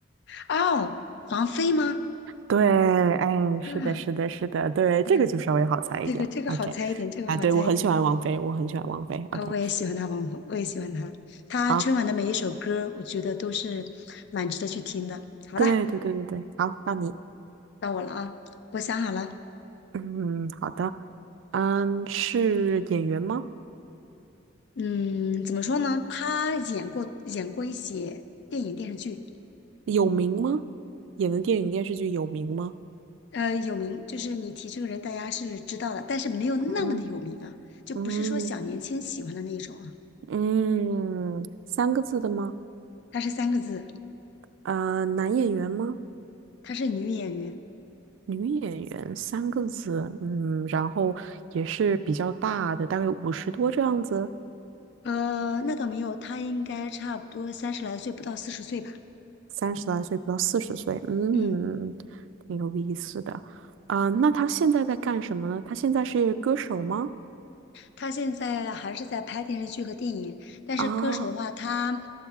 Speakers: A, on the left; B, on the right.
A: 哦，王菲吗？
B: 对，哎，
A: 啊，
B: 是的，是的，是的，对，这个就稍微好猜一点，OK，
A: 那这个这个好猜一点，这个好猜一点，
B: 哎，对，我很喜欢王菲，
A: 对对对，
B: 我很喜欢王菲，OK，
A: 啊，我也喜欢他王，红，我也喜欢他，他春晚的每一首歌，
B: 好，
A: 我觉得都是蛮值得去听的。好了，
B: 对，对，对，对，对，好，到你，
A: 到我了啊，我想好了，
B: 嗯，好的，嗯，是演员吗？
A: 嗯，怎么说呢？他演过演过一些电影电视剧，
B: 有名吗？演的电影电视剧有名吗？
A: 呃，有名，就是你提这个人，大家是知道的，但是没有那么的有名啊，
B: 嗯
A: 就不是说小年轻喜欢的那种啊。
B: 嗯。嗯，三个字的吗？
A: 她是三个字，
B: 呃，男演员吗？
A: 她是女演员，
B: 女演员，三个字。嗯，然后也是比较大的，大概五十多这样子，
A: 呃，那倒没有，她应该差不多三十来岁，不到四十岁吧。
B: 三十来岁不到四十岁。嗯，
A: 嗯。
B: 挺有意思的。啊、那他现在在干什么呢？他现在是歌手吗？
A: 他现在还是在拍电视剧和电影，但是歌手的话，
B: 啊
A: 他